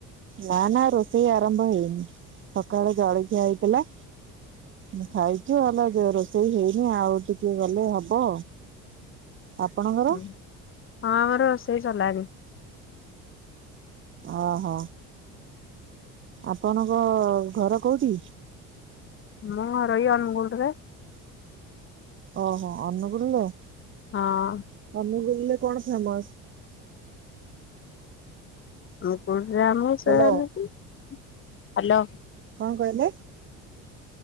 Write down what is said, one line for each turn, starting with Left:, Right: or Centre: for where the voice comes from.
Right: ନା ନା ରୋଷେଇ ଆରମ୍ଭ ହେଇନି ସକାଳେ ଜଳଖିଆ ହେଇଥିଲା। ମୁଁ ଖାଇଛୁ ଆମେ ଯୋଉ ରୋଷେଇ ହେଇନି ଆଉ ଟିକେ ଗଲେ ହବ। ଆପଣଙ୍କର?
Left: ହୁଁ ହଁ ଆମର ରୋଷେଇ ସରଲାଣି।
Right: ଓହୋ ଆପଣଙ୍କ ଘର କୋଉଠି?
Left: ମୋ ଘର ଏଇ ଅନୁଗୁଟରେ।
Right: ଓହୋ ଅନୁଗୁଳରେ।
Left: ହଁ।
Right: ଅନୁଗୁଳରେ କଣ ଫେମସ?
Left: ମୁ କୋଠ ଆମ ସେଇଆ
Right: ହ୍ୟାଲୋ
Left: ହ୍ୟାଲୋ।
Right: କଣ କହିଲେ?